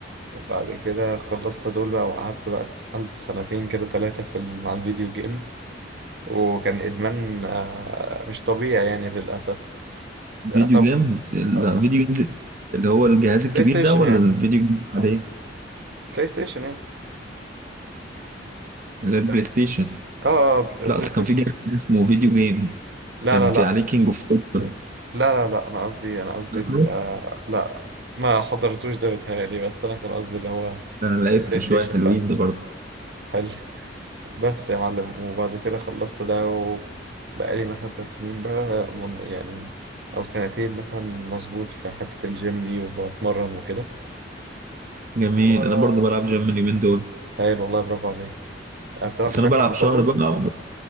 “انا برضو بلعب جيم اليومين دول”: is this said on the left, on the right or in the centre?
Right